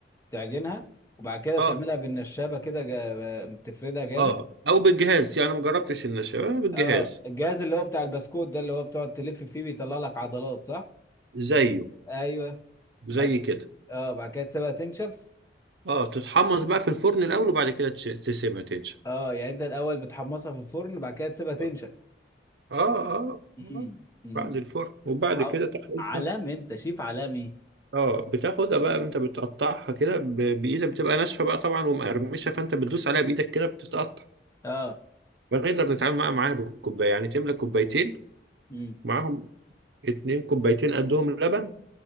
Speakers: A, on the left; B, on the right.
A: تعجنها وبعد كده
B: اه
A: تعملها بالنشابه كده جا- تفردها جامد
B: اه او بالجهاز يعني انا ما جربتش النشاب آه، بالجهاز
A: اه الجهاز اللي هو بتاع البسكوت ده اللي هو بتقعد تلف فيه بيطلع لك عضلات صح
B: زيه
A: ايوه
B: زي
A: بعد كده
B: كده
A: اه بعد كده تسيبها تنشف
B: اه تتحمص بقى في الفرن الاول وبعد كده تش- تسيبها تنشف
A: اه يعني انت الاول بتحمصها في الفرن بعد كده تسيبها تنشف
B: اه اه,
A: امم
B: آه.
A: امم
B: بعد الفرن وبعد
A: ع...
B: كده تحليل
A: علام انت شيف عالمي
B: اه بتاخدها بقى انت بتقطعها كده ب- بايدك بتبقى ناشفه بقى طبعا ومقرمشه فانت بتدوس عليها بايدك كده بتتقطع
A: اه
B: فنقدر نتعامل معاها معاها بالكوبايه يعني تملى كوبايتين
A: امم
B: معاهم اتنين كوبايتين قدهم لبن